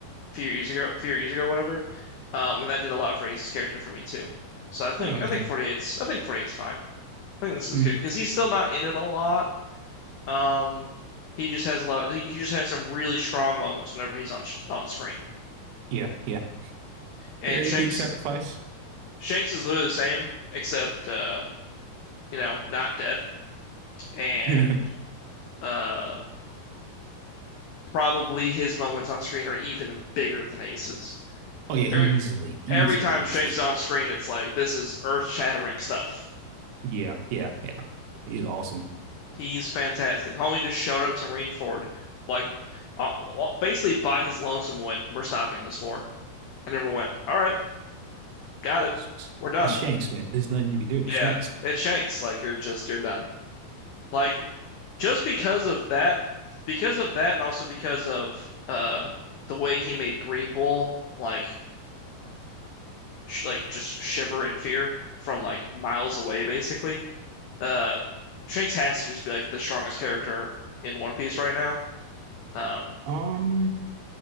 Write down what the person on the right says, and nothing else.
Oh, okay.
Mm.
Yeah, yeah.
Very
big sacrifice.
<laughs>
Oh yeah, easily,
easily,
easily.
Yeah, yeah, yeah. He's awesome.
It's, it's-
it's Shanks, man. There's nothing you can do to Shanks.
Um.